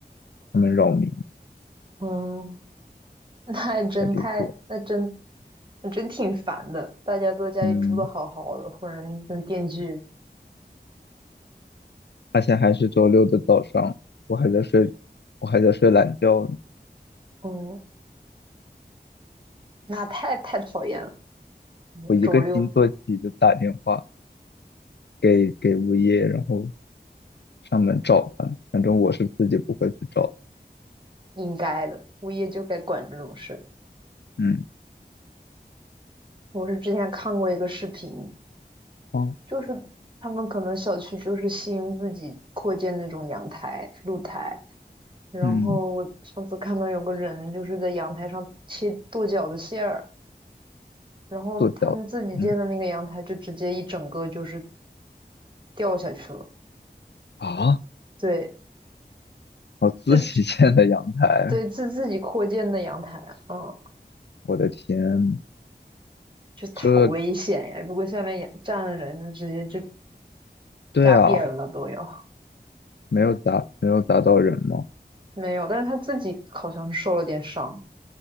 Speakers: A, on the left; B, on the right.
A: 他们扰民，
B: 嗯，<laughs> 那还真太，
A: 太离谱。
B: 那真那真挺烦的。大家都在家里住的好好的，
A: 嗯，
B: 或者那电锯，
A: 而且还是周六的早上，我还在睡，我还在睡懒觉呢。
B: 嗯，那太太讨厌了。嗯周六
A: 我一个惊坐起就打电话给给物业，然后上门找他，反正我是自己不会去找。
B: 应该的，物业就该管这种事。
A: 嗯
B: 我是之前看过一个视频，
A: 哦
B: 就是他们可能小区就是新自己扩建那种阳台、露台，然后我上次看到有个人就是在阳台上切剁饺子馅儿，
A: 嗯，
B: 然后他们自己建的那个阳台就直接一整个就是
A: 做脚，嗯，
B: 掉下去了。
A: 啊，
B: 对，
A: 我自己建的阳台，
B: 就对自自己扩建的阳台，嗯，
A: 我的天，
B: 就是好危险呀！
A: 这
B: 如果下面养站了人，直接就
A: 对啊，
B: 扎扁了都要。
A: 没有砸没有砸到人吗？
B: 没有，但是他自己好像是受了点伤，